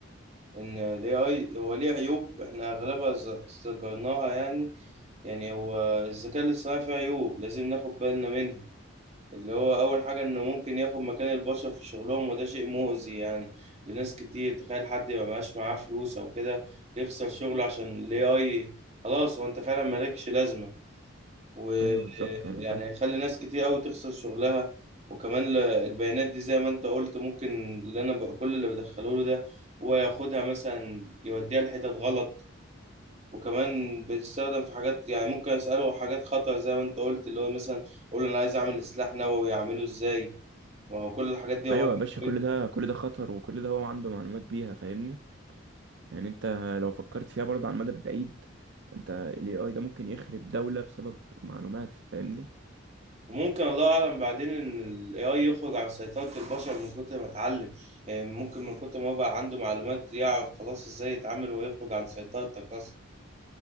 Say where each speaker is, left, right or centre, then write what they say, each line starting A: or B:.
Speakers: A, on the right; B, on the right.
A: ان الاي اي هو ليه عيوب احنا اغلبها ز- ذكرناها يعني يعني هو الذكاء الاصطناعي فيه عيوب لازم ناخد بالنا منها اللي هو اول حاجه انه ممكن ياخد مكان البشر في شغلهم وده شيء مؤذي يعني لناس كتير تخيل حد ما بقاش معاه فلوس او كده يخسر شغله عشان الاي اي خلاص هو انت فعلا مالكش لازمه ويعني
B: أيوه بالظبط أنا فاهم
A: هيخلي ناس كتير قوي تخسر شغلها وكمان ل- البيانات دي زي ما انت قلت ممكن اللي انا بقى كل اللي بدخله له ده هو ياخدها مثلا يوديها لحتت غلط وكمان بيستخدم في حاجات يعني ممكن اساله حاجات خطر زي ما انت قلت اللي هو مثلا اقول له انا عايز اعمل سلاح نووي اعمله ازاي وهو كل الحاجات دي هو
B: أيوه يا
A: <laughs>
B: باشا كل ده كل ده خطر وكل ده هو عنده معلومات بيها فاهمني يعني انت لو فكرت فيها برضه على المدى البعيد انت ال AI ده ممكن يخرب دولة بسبب معلومات فاهمني
A: وممكن الله اعلم بعدين ان الاي اي يخرج عن سيطرة البشر من كتر ما اتعلم يعني ممكن من كتر ما هو بقى عنده معلومات يعرف خلاص ازاي يتعامل ويخرج عن سيطرتك اصلا